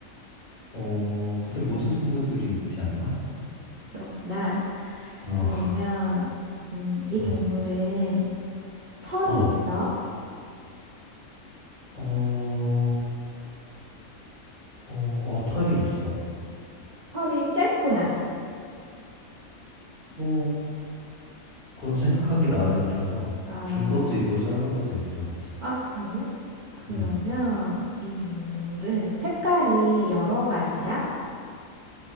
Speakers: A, on the left; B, on the right.
A: 어, 근데 모든 동물들이 있지 않나?
B: 그렇구나.
A: 어,
B: 그러면
A: <laughs>
B: 음, 이
A: 어,
B: 동물은 털이
A: 어,
B: 있어?
A: 어, 어, 어, 털이 있어.
B: 털이 짧구나.
A: 뭐, 그건 생각하기 나름이라서,
B: 아,
A: 긴 것도 있고, 짧은 것도 있어.
B: 아, 그래? 그러면
A: 음,
B: 이 동물은 색깔이 여러 가지야?